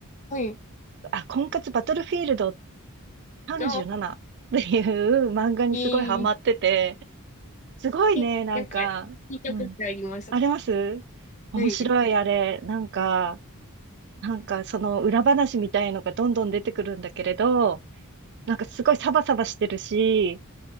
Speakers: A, on the left (about 35°); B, on the right (about 50°).
A: はい。
B: あ、婚活バトルフィールド37っていう漫画にすごいハマってて、
A: あ、いい。
B: すごいね、
A: えなんか、
B: なんか、
A: 聞いたことあります。
B: うん。あります面白いあれ。
A: はい、
B: なんか、なんかその裏話みたいのがどんどん出てくるんだけれど、なんかすごいサバサバしてるし、